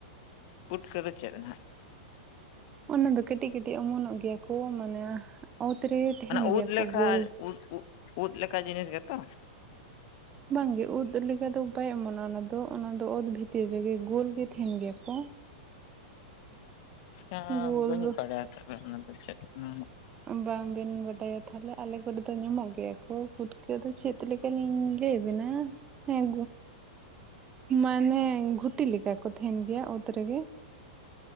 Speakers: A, on the left (about 50°); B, on the right (about 25°).
A: ᱯᱩᱴᱠᱟᱹᱫᱚ ᱪᱮᱫ ᱱᱟᱦᱟᱸᱜ
B: ᱚᱱᱟ ᱫᱚ ᱠᱟᱹᱴᱤᱡ ᱠᱟᱹᱴᱤᱡ ᱚᱢᱚᱱᱚᱜ ᱜᱮᱭᱟ ᱠᱚ ᱢᱟᱱᱮ ᱚᱛ ᱨᱮ ᱛᱟᱦᱮᱱ
A: ᱚᱱᱟ ᱩᱫ
B: ᱜᱮᱭᱟ ᱠᱚ
A: ᱞᱮᱠᱟ
B: ᱜᱳᱞ
A: ᱩᱫ ᱩ ᱩᱫ ᱞᱮᱠᱟ ᱡᱤᱱᱤᱥ ᱜᱮᱛᱚ
B: ᱵᱟᱝᱜᱮ ᱩᱫ ᱞᱮᱠᱟ ᱫᱚ ᱵᱟᱭ ᱚᱢᱚᱱᱚ ᱟ ᱚᱱᱟ ᱫᱚ ᱚᱱᱟ ᱫᱚ ᱚᱛ ᱵᱷᱤᱛᱤᱨ ᱨᱮᱜᱮ ᱜᱳᱞ ᱜᱮ ᱛᱟᱦᱮᱱ ᱜᱮᱭᱟ ᱠᱚ
A: ᱪᱤᱠᱟᱹ ᱱᱟ
B: ᱜᱳᱞ
A: ᱵᱟᱹᱧ ᱵᱟᱰᱟᱭᱟ ᱚᱱᱟ ᱫᱚ ᱪᱮᱫ ᱠᱟᱱᱟ
B: ᱵᱟᱝᱵᱤᱱ ᱵᱟᱰᱟᱭᱟ ᱛᱟᱦᱚᱞᱮ ᱟᱞᱮ ᱠᱚᱨᱮ ᱫᱚ ᱧᱟᱢᱚᱜ ᱜᱮᱭᱟ ᱠᱚ ᱯᱩᱴᱠᱟᱹ ᱫᱚ ᱪᱮᱫ ᱞᱮᱠᱟ ᱞᱤᱧ ᱞᱟᱹᱭ ᱵᱮᱤᱱᱟ ᱦᱮᱸ ᱢᱟᱱᱮ ᱜᱷᱩᱴᱤ ᱞᱮᱠᱟ ᱠᱚ ᱛᱟᱦᱮᱱ ᱜᱮᱭᱟ ᱚᱛ ᱨᱮᱜᱮ